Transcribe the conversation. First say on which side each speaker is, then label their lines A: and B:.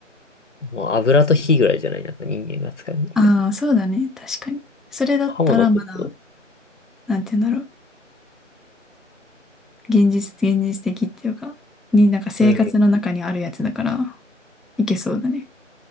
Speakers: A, on the left; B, in the centre.
A: もう油と火ぐらいじゃないなんか人間が使うのって。
B: あ、ああ、そうだね。確かに。それだったらまだ、
A: 刃物取ると。
B: なんて言うんだろう。現実、現実的っていうか、になんか生活の中にあるやつだから、
A: うん。い
B: いけそうだね。